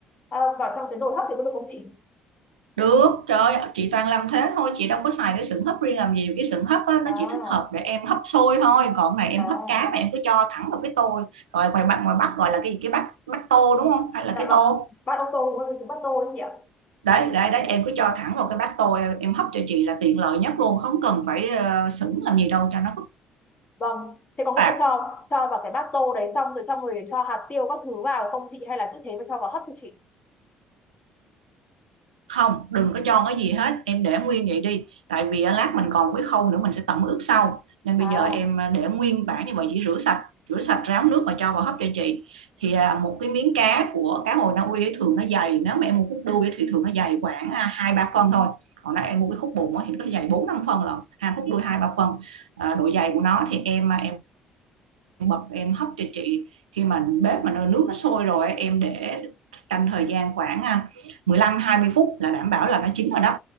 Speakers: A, on the left; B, on the right.
A: ờ, vào trong cái nồi hấp thì có được không chị
B: Được, trời ơi, chị toàn làm thế thôi, chị đâu có xài cái sừng hấp riêng làm gì, cái sừng hấp á,
A: à
B: nó chỉ thích hợp để em hấp xôi thôi, còn cái này
A: à
B: em hấp cá mà em cứ cho thẳng vào cái tô, rồi ngoài bạn ngoài Bắc gọi là cái gì, cái bát bát tô đúng không, hay là
A: dạ
B: cái
A: vâng
B: tô,
A: bát ô tô đúng không chứ bát tô đấy chị ạ
B: đấy, đấy, đấy, em cứ cho thẳng vào cái bát tô, em hấp cho chị là tiện lợi nhất luôn, không cần phải ờ, sửng làm gì đâu cho nó phức
A: Vâng, thế có nghĩa
B: tạp.
A: là cho cho vào cái bát tô đấy xong rồi xong rồi cho hạt tiêu các thứ vào không chị hay là cứ thế mà cho vào hấp cho chị?
B: không đừng có cho cái gì hết em để nguyên vậy đi tại vì lát mình còn cái khâu nữa mình sẽ tẩm ướp sau nên
A: À,
B: bây giờ em à, để nguyên bản như vậy chỉ rửa sạch rửa sạch ráo nước và cho vào hấp cho chị thì à, một cái miếng cá của cá hồi Na Uy ấy, thường nó dày nếu mà em mua khúc đuôi ấy, thì thường nó dày khoảng à, hai ba phân thôi còn nếu em mua cái khúc bụng ấy, thì nó dày bốn năm phân lận hai khúc đuôi hai ba phân à, độ dày của nó thì em à, bật em hấp cho chị khi mà bếp mà nồi nước nó sôi rồi em để canh thời gian khoảng à, 15 20 phút là đảm bảo là nó chín rồi đó